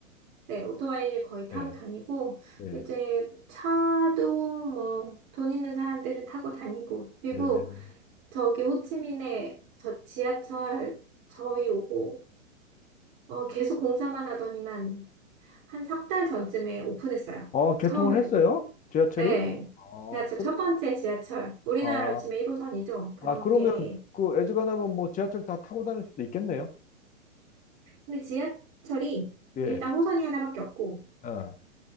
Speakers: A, on the right; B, on the left.
A: 네, 오토바이를 거의 타고
B: 네.
A: 다니고,
B: 네.
A: 이제 차도 뭐 돈 있는 사람들은 타고 다니고, 그리고
B: 네.
A: 저기 호치민에 저 지하철 저희 오고, 어, 계속 공사만 하더니만 한 석 달 전쯤에 오픈했어요.
B: 어, 개통을
A: 처음으로.
B: 했어요? 지하철이?
A: 네.
B: 아,
A: 지하철
B: 그러,
A: 첫 번째 지하철. 우리나라로
B: 아,
A: 치면 1호선이죠. 그런
B: 아, 그러면
A: 게.
B: 그 애즈가나면 뭐 지하철 다 타고 다닐 수도 있겠네요.
A: 근데 지하철이
B: 예.
A: 일단 호선이 하나밖에 없고,
B: 어.